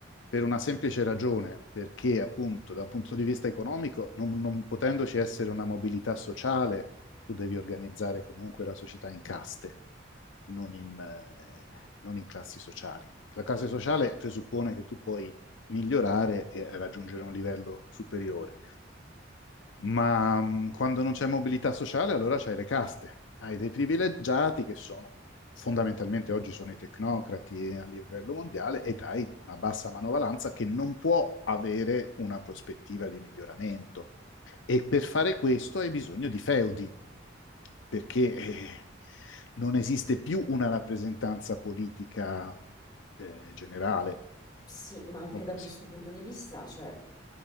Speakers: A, on the left (about 70°); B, on the left (about 20°).
A: Per una semplice ragione, perché appunto da un punto di vista economico, non non potendoci essere una mobilità sociale, tu devi organizzare comunque la società in caste, non in, eh, non in classi sociali. La classe sociale presuppone che tu puoi migliorare e raggiungere un livello superiore, ma mh, quando non c'è mobilità sociale allora c'hai le caste, hai dei privilegiati che sono fondamentalmente oggi sono i tecnocrati a livello mondiale e dai una bassa manovalanza che non può avere una prospettiva di miglioramento. E per fare questo hai bisogno di feudi, perché eh, non esiste più una rappresentanza politica eh, generale.
B: Sì, ma anche
A: Non
B: da
A: può
B: questo
A: esistere.
B: punto di vista, cioè,